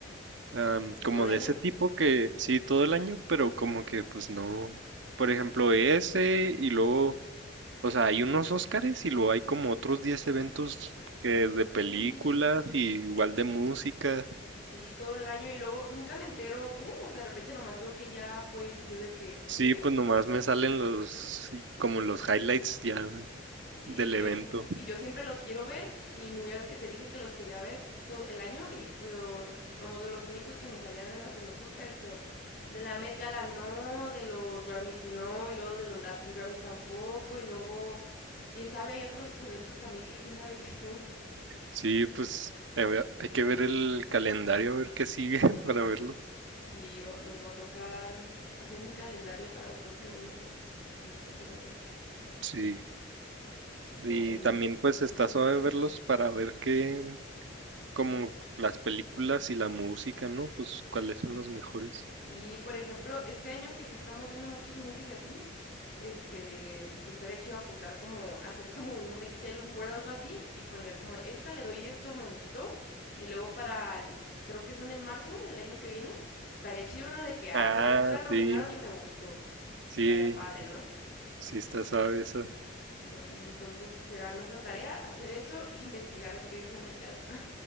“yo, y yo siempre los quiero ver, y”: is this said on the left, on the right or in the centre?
Left